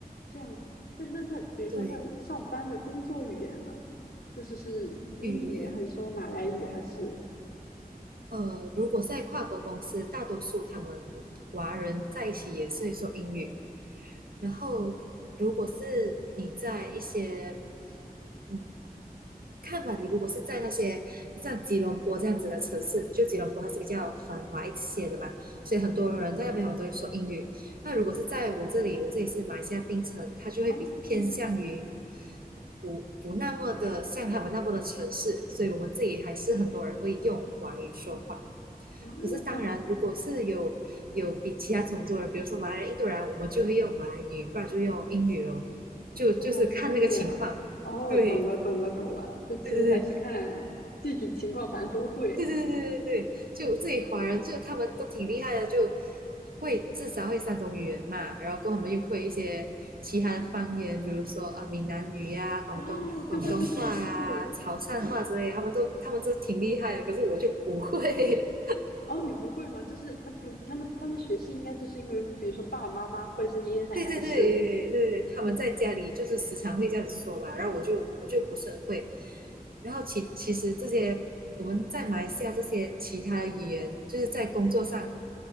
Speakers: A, on the left; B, on the right.
A: 这样子。那那那，比如说那上班的工作语言呢？
B: 对，
A: 就是是英语还是说马来语还是？
B: 语言。呃，如果在跨国公司，大多数他们华人在一起也是会说英语。然后，如果是你在一些，嗯，看吧，你如果是在那些像吉隆坡这样子的城市，就吉隆坡还是比较繁华一些的嘛，所以很多人在那边我都会说英语。那如果是在我这里，我这里是马来西亚槟城，它就会比偏向于
A: 哦，槟城。
B: 不不那么的像他们那么的城市，所以我们自己还是很多人会用华语说话。
A: 哦，
B: 可是当然，
A: 这样子。
B: 如果是有有比其他种族人，比如说马来人、印度人，我们就会用马来语，不然就用英语咯。就就是看那个情况。
A: 哦，是这样。哦，
B: 对
A: 懂了，懂了，懂了。这其实还是看具体情况，
B: 对对
A: 反正都会。
B: 对对对对对对，就自己华人就他们都挺厉害的，就会至少会三种语言嘛，然后过后他们又会一些其他的方言，比如说啊呃闽南语呀、广东广东话呀、
A: 哦，对对对对对对对。
B: 潮汕话之类的他们都他们都挺厉害的，可是我就不会。
A: 哦，你不会吗？就是他不，他们他们学是应该就是因为，比如说爸爸妈妈或者是爷爷奶奶是。
B: 对对对对，他们在家里就是时常会这样子说嘛，然后我就我就不是很会，然后其其实这些我们在马来西亚这些其他的语言，就是在工作上